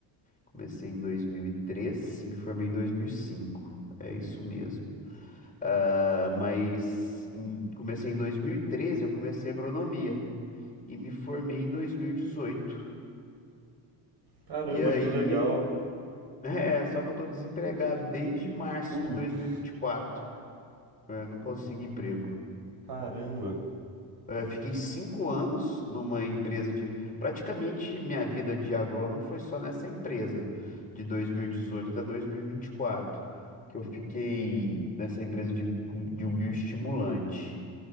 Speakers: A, on the left; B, on the right.
A: Comecei em 2003, me formei em 2005. É isso mesmo. Ah, mas em- comecei em 2013, eu comecei agronomia e me formei em 2018.
B: Caramba,
A: E dezoito. E aí,
B: que legal.
A: <laughs> é, só que eu tô desempregado desde março
B: Putz,
A: de 2024. Eu não consigo emprego.
B: caramba.
A: Eu fiquei cinco anos numa empresa de. Praticamente minha vida de agrônomo foi só nessa empresa, de 2018 até 2024, que eu fiquei nessa empresa de, com- de um bioestimulante.